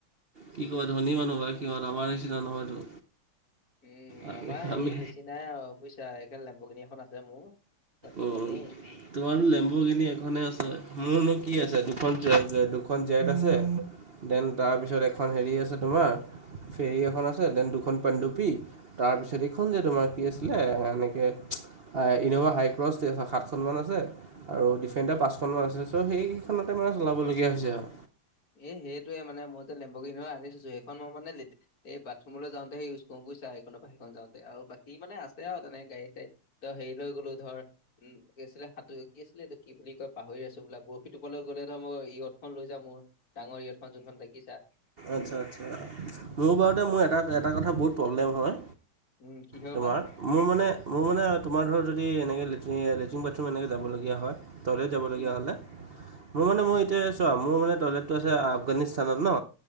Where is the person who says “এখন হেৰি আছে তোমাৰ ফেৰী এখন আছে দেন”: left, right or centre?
Right